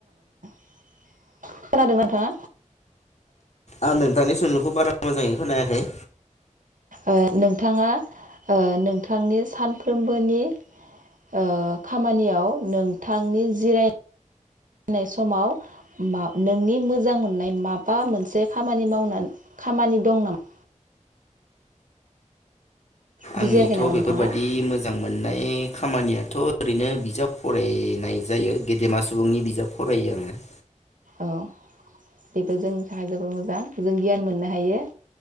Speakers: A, on the right; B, on the left.
A: <unintelligible> खोनादों ना नोंथाङा?
B: आं नोंथांनि सोंलुखौ बारा मोजाङै खोनायाखै।
A: ओ नोंथाङा ओ नोंथांनि सानफ्रोमबोनि ओ खामानियाव नोंथांनि जिराय नाय समाव मा नोंनि मोजां मोननाय माबा मोनसे खामानि मावनानै खामानि दं नामा? बुजियाखै
B: आंनिथ'
A: नामा
B: बेफोरबायदि
A: नोंथाङा
B: मोजां मोननाय खामानिया थ' ओरैनो बिजाब फरायनाय जायो गेदेमा सुबुंनि बिजाब फरायो आङो।
A: औ बेबो जोंनि थाखाय जोबोर मोजां जों गियान मोननो हायो।